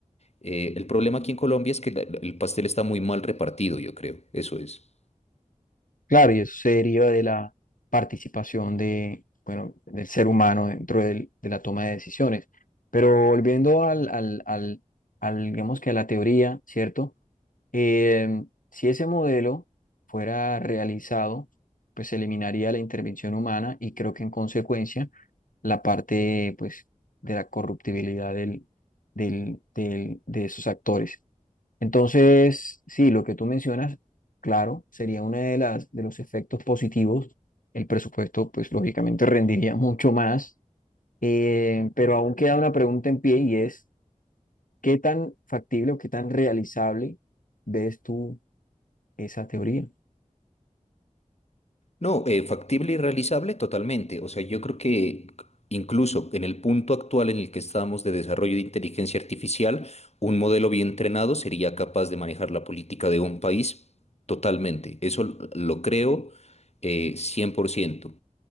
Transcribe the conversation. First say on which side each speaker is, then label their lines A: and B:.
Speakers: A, on the left; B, on the left.
A: Eh, el problema aquí en Colombia es que la- el pastel está muy mal repartido, yo creo, eso es.
B: claro, y eso se deriva de la participación de, bueno, del ser humano dentro del- de la toma de decisiones. Pero volviendo al, al, al, al, digamos que a la teoría, ¿cierto? Eh, si ese modelo fuera realizado, pues se eliminaría la intervención humana y creo que en consecuencia la parte pues de la corruptibilidad del, del- del- de esos actores. Entonces, sí, lo que tú mencionas, claro, sería uno de las de los efectos positivos. El presupuesto, pues lógicamente rendiría <laughs> mucho más, Eh, pero aún queda una pregunta en pie y es, ¿qué tan factible o qué tan realizable ves tú? esa teoría.
A: No, eh, factible y realizable totalmente. O sea, yo creo que incluso en el punto actual en el que estamos de desarrollo de inteligencia artificial, un modelo bien entrenado sería capaz de manejar la política de un país totalmente. Eso lo lo creo eh, 100%.